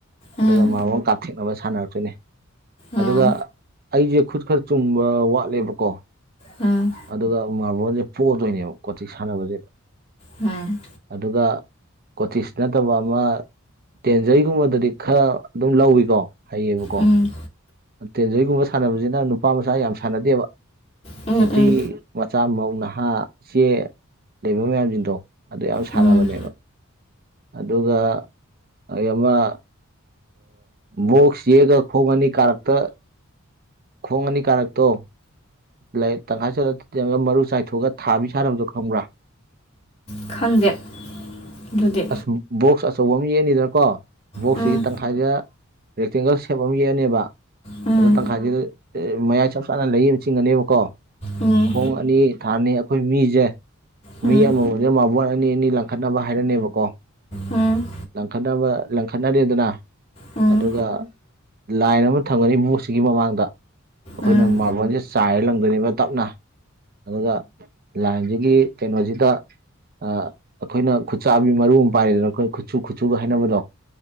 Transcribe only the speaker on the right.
ꯑꯗꯨꯒ
ꯃꯔꯑꯣꯣꯡ ꯀꯥꯞꯊꯦꯛꯅꯕ ꯁꯥꯟꯅꯔꯛꯇꯣꯏꯅꯦ
ꯑꯗꯨꯒ ꯑꯩꯁꯦ ꯈꯨꯠ ꯈꯔ ꯆꯨꯝꯕ ꯋꯥꯠꯂꯦꯕꯀꯣ
ꯑꯗꯨꯒ ꯃꯥꯔꯕꯣꯜꯁꯦ ꯄꯣꯗꯣꯏꯅꯦꯕ ꯀꯣꯆꯤꯛ ꯁꯥꯟꯅꯕꯁꯤꯗ
ꯑꯗꯨꯒ ꯀꯣꯇꯤꯁ ꯅꯠꯇꯕ ꯑꯃ ꯇꯦꯟꯖꯔꯤꯒꯨꯝꯕꯗꯗꯤ ꯈꯔ ꯑꯗꯨꯝ ꯂꯧꯋꯀꯣ ꯍꯩꯌꯦꯕꯀꯣ
ꯇꯦꯟꯖꯣꯏꯒꯨꯝꯕ ꯁꯥꯟꯅꯕꯁꯤꯅ ꯅꯨꯄꯥ ꯃꯆꯥ ꯌꯥꯝ ꯁꯥꯟꯅꯗꯦꯕ
ꯅꯨꯄꯤ
ꯃꯆꯥ ꯃꯧ ꯅꯍꯥ ꯏꯆꯦ ꯂꯩꯕ ꯃꯌꯥꯝꯁꯤꯡꯗꯣ ꯑꯗꯨ ꯌꯥꯝ ꯁꯥꯟꯅꯕꯅꯦꯕ
ꯑꯗꯨꯒ ꯑꯩ ꯑꯃ ꯕꯣꯛꯁ ꯌꯦꯛꯒ ꯈꯣꯡꯉꯅꯤ ꯀꯥꯔꯛꯇ ꯈꯣꯡꯉꯅꯤ ꯀꯥꯔꯛꯇꯣ ꯂꯩ ꯇꯪꯈꯥꯏ ꯆꯠꯂ ꯆꯡꯉꯒ ꯃꯔꯨ ꯆꯥꯏꯊꯣꯛꯑꯒ ꯊꯥꯃꯤ ꯁꯥꯟꯅꯕꯗꯣ ꯈꯪꯕ꯭ꯔꯥ
ꯑꯁ ꯕꯣꯛꯁ ꯑꯆꯧꯕ ꯑꯃ ꯌꯦꯡꯅꯤꯗꯅꯀꯣ ꯕꯣꯛꯁꯁꯤ
ꯇ ꯍꯥꯏꯗ ꯔꯦꯛꯇꯦꯡꯒꯜ ꯁꯦꯞ ꯑꯃ ꯌꯦꯛꯑꯅꯦꯕ
ꯑꯗꯨꯗꯣ ꯇꯪꯈꯥꯁꯤꯗ ꯃꯌꯥꯏ ꯆꯞ ꯆꯥꯅ ꯂꯩ ꯑꯃ ꯆꯤꯡꯉꯅꯦꯕꯀꯣ
ꯈꯣꯡ ꯑꯅꯤ ꯊꯥꯅꯤ ꯑꯩꯈꯣꯏ ꯃꯤꯁꯦ
ꯃꯤ ꯑꯃꯕꯨꯗꯤ ꯃꯥꯕꯣꯟ ꯑꯅꯤ ꯑꯅꯤ ꯂꯪꯈꯠꯅꯕ ꯍꯥꯏꯔꯅꯦꯕꯀꯣ
ꯂꯪꯈꯠꯅꯕ ꯂꯪꯈꯠꯅꯔꯤꯦ ꯑꯗꯨꯅ
ꯑꯗꯨꯒ ꯂꯥꯏꯟ ꯑꯃ ꯊꯝꯒꯅꯤ ꯕꯣꯛꯛꯁꯤꯒꯤ ꯃꯃꯥꯡꯗ ꯑꯩꯈꯣꯏꯅ
ꯃꯥꯔꯕꯜꯁꯦ ꯆꯥꯏꯔ ꯂꯪꯗꯣꯏꯅꯦꯕ ꯇꯞꯅ ꯑꯗꯨꯒ ꯂꯥꯏꯟꯁꯤꯒꯤ ꯀꯩꯅꯣꯁꯤꯗ ꯑꯩꯈꯣꯏꯅ ꯈꯨꯠꯁꯆꯥꯕꯤ ꯃꯔꯨ ꯑꯃ ꯄꯥꯏꯔꯤꯗꯅ ꯑꯩꯈꯣꯏ ꯈꯨꯠꯁꯨ ꯈꯨꯠꯁꯨꯒ ꯍꯥꯏꯅꯕꯗꯣ